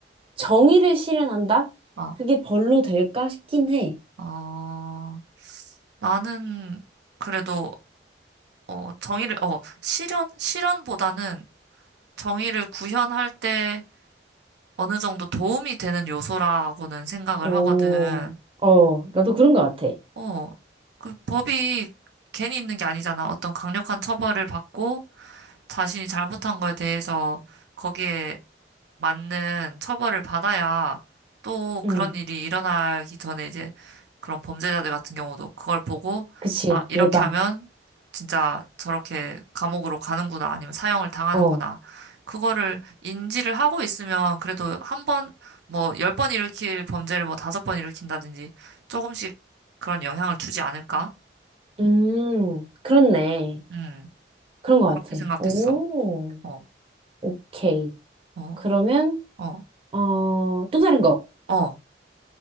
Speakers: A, on the right; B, on the right.
A: 정의를 실현한다?
B: <laughs>
A: 그게 벌로 될까 싶긴 해.
B: 어, 어. 나는 그래도, 어, 정의를, 어, 실현? 실현보다는 정의를 구현할 때 어느 정도 도움이 되는 요소라고는 생각을
A: 오,
B: 하거든.
A: 어, 나도 그런 것 같아.
B: 어, 그 법이 괜히 있는 게 아니잖아. 어떤 강력한 처벌을 받고 자신이 잘못한 거에 대해서 거기에 맞는 처벌을 받아야 또
A: 응,
B: 그런 일이 일어나기 전에 이제 그런 범죄자들 같은 경우도 그걸 보고
A: 그치,
B: 아, 이렇게
A: 예방.
B: 하면 진짜 저렇게 감옥으로 가는구나 아니면 사형을 당하는구나.
A: 어,
B: 그거를 인지를 하고 있으면 그래도 한 번, 뭐, 열 번 일으킬 범죄를 뭐 다섯 번 일으킨다든지 조금씩 그런 영향을 주지 않을까?
A: 음, 그렇네.
B: 음,
A: 그런 것
B: 그렇게
A: 같아.
B: 생각했어.
A: 오,
B: 어,
A: 오케이.
B: 어,
A: 그러면,
B: 어,
A: 어, 또 다른 거.
B: 어,